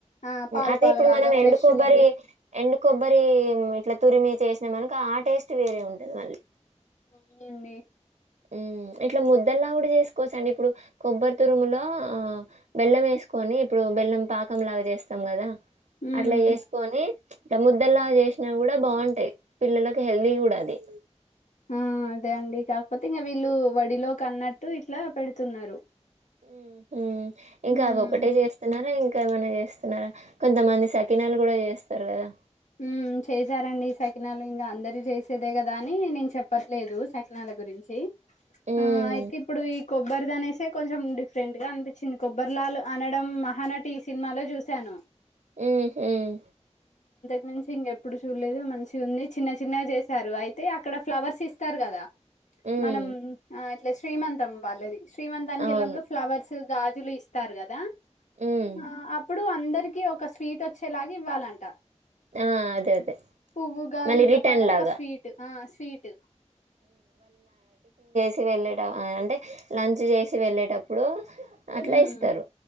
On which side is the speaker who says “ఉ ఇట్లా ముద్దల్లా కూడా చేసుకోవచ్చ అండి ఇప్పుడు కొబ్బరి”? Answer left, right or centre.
Right